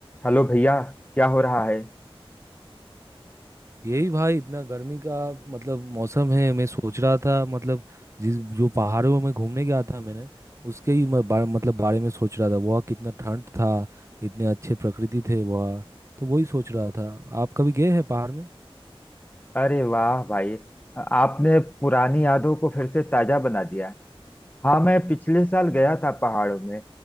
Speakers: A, on the left; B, on the right.
A: Hello भैया क्या हो रहा है
B: यही भाई इतना गर्मी का मतलब मौसम है मैं सोच रहा था मतलब जिस जो पहाड़ों में घूमने गया था मैंने उसके ही मैं बारे, मतलब बारे में सोच रहा था वहाँ कितना ठंड था इतने अच्छे प्रकृति थे वहाँ तो वही सोच रहा था आप कभी गए हैं पहाड़ में
A: अरे वाह भाई आपने पुरानी यादों को फिर से ताजा बना दिया हाँ मैं पिछले साल गया था पहाड़ों में